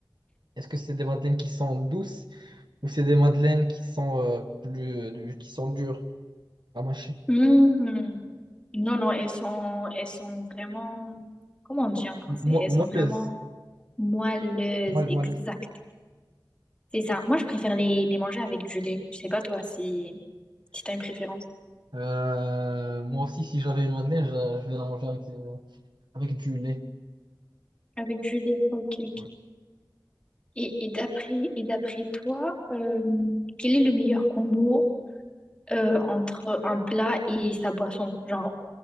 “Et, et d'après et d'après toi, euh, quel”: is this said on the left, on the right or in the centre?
Left